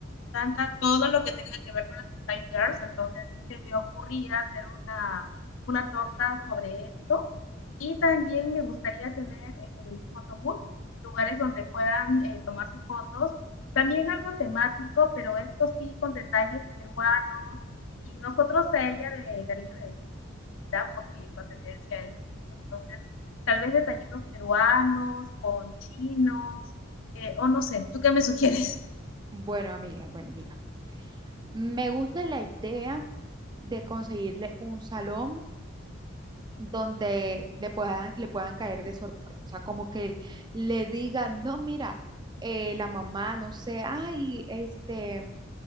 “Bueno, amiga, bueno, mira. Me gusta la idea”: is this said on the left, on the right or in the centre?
Right